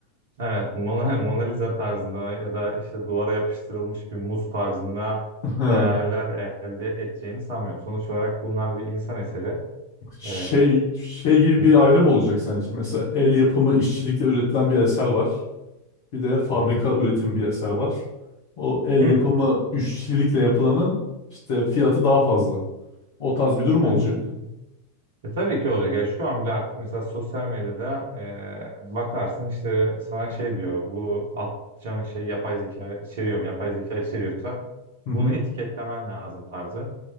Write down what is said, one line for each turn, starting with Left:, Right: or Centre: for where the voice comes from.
Right: Evet, Mona, <laughs> Mona Lisa tarzında ya da işte duvara yapıştırılmış bir muz tarzında
Left: mesela?
Right: değerler
Left: <laughs>
Right: elde edeceğini sanmıyorum. Sonuç olarak bunlar bir insan eseri.
Left: Şey
Right: Ee,
Left: şey gibi
Right: hı,
Left: bir ayrım olacak sence? Mesela el yapımı işçilikle üretilen bir eser var. Bir de fabrika
Right: hı,
Left: üretim bir eser var. O el
Right: hı.
Left: yapımı işçilikle yapılanın işte fiyatı daha fazla. O tarz bir durum
Right: Yani
Left: olacak.
Right: bu, e, tabii ki olacak. Ya şu an bile artık mesela sosyal medyada e, bakarsın işte sana şey diyor bu atacağın şey yapay zeka içeriyor mu? Yapay zeka içeriyorsa
Left: Hı hı.
Right: bunu etiketlemen lazım tarzı.